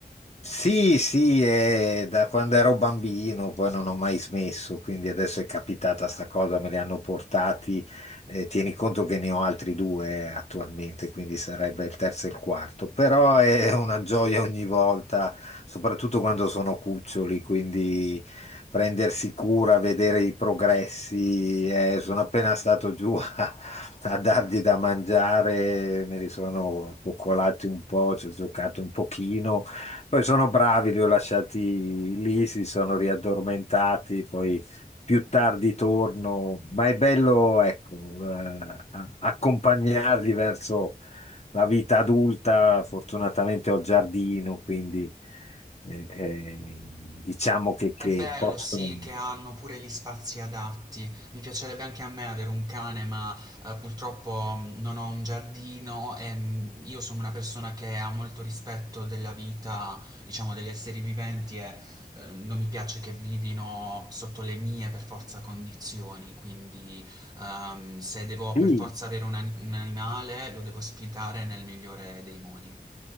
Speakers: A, on the left; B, on the right.
A: Sì, sì, è da quando ero bambino, poi non ho mai smesso, quindi adesso è capitata sta cosa, me li hanno portati, eh, tieni conto che ne ho altri due eh, attualmente, quindi sarebbe il terzo e il quarto, però è una gioia ogni volta, soprattutto quando sono cuccioli, quindi prendersi cura, vedere i progressi, eh, sono appena stato giù <laughs> a, a dargli da mangiare, me li sono coccolati un po', ci ho giocato un pochino. Poi sono bravi, li ho lasciati lì, si sono riaddormentati, poi più tardi torno, ma è bello, ecco, eh, a- accompagnarli verso la vita adulta. Fortunatamente ho il giardino, quindi eh, eh, diciamo che, che
B: È bello,
A: possono...
B: sì, che hanno pure gli spazi adatti. Mi piacerebbe anche a me avere un cane, ma eh, purtroppo mh, non ho un giardino e mh, io sono una persona che ha molto rispetto della vita, diciamo, degli esseri viventi e eh, non mi piace che vivino sotto le mie per forza condizioni, quindi ehm, se devo
A: Sì,
B: per forza avere un ani- un animale lo devo ospitare nel migliore dei modi.